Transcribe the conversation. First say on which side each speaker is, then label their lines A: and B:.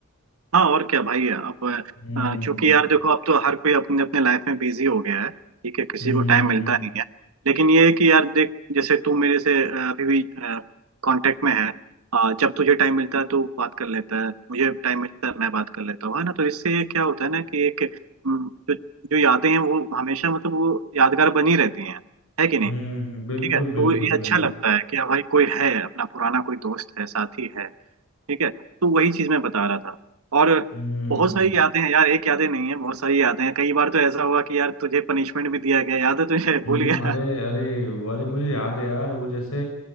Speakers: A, on the right; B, on the left.
A: हाँ और क्या भाई अब
B: हम्म
A: अ, क्योंकि यार देखो अब तो हर कोई अपने अपने लाइफ में बिजी हो गया है ठीक है किसी
B: हम्म
A: को टाइम मिलता नहीं है लेकिन ये है कि यार देख जैसे तू मेरे से अ, अभी भी कांटेक्ट में है अ, जब तुझे टाइम मिलता है तो बात कर लेता है मुझे टाइम मिलता है मैं बात कर लेता हूँ है ना तो इससे ये क्या होता है ना कि एक अम, जो जो यादें हैं वो हमेशा मतलब वो यादगार बनी रहती हैं है कि नहीं
B: हम्म बिल्कुल
A: ठीक है तो
B: बिल्कुल
A: ये
B: बिल्कुल
A: अच्छा लगता है कि हाँ भाई कोई है अपना पुराना कोई दोस्त है साथी है ठीक है तो वही चीज मैं बता रहा था और
B: हम्म
A: बहुत सारी यादें हैं यार एक यादें नहीं है बहुत सारी यादें हैं कई बार तो ऐसा हुआ कि यार तुझे पनिशमेंट भी दिया गया याद है तुझे <laughs>
B: हम्म
A: भूल गया
B: अरे अरे अरे मुझे याद है यार वो जैसे